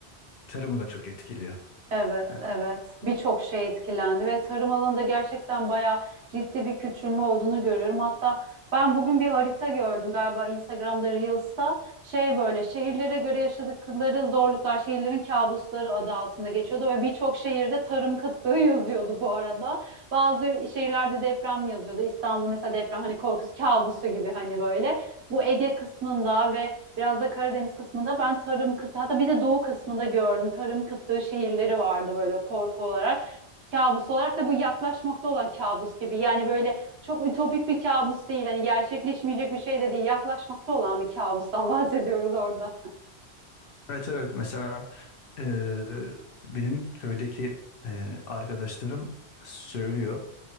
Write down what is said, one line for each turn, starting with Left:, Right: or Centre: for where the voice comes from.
Left: Tarımı da çok etkili.
Right: Evet,
Left: Evet.
Right: evet. Birçok şey etkilendi ve tarım alanında gerçekten bayağı ciddi bir küçülme olduğunu görüyorum. Hatta ben bugün bir harita gördüm galiba Instagram'da Reels'ta şey böyle şehirlere göre yaşadıkları zorluklar, şehirlerin kabusları adı altında geçiyordu ve birçok şehirde tarım kıtlığı <laughs> yazıyordu bu arada. Bazı şehirlerde deprem yazıyordu. İstanbul mesela deprem hani korkusu kabusu gibi hani böyle. Bu Ege kısmında ve Biraz da Karadeniz kısmında ben tarım kıtlığı hatta bir de doğu kısmında gördüm. Tarım kıtlığı şehirleri vardı böyle korku olarak. Kabus olarak da bu yaklaşmakta olan kabus gibi. Yani böyle çok ütopik bir kabus değil. Hani gerçekleşmeyecek bir şey de değil. Yaklaşmakta olan bir kabustan <laughs> bahsediyoruz orada.
Left: Evet evet mesela eee, benim köydeki eee, arkadaşlarım söylüyor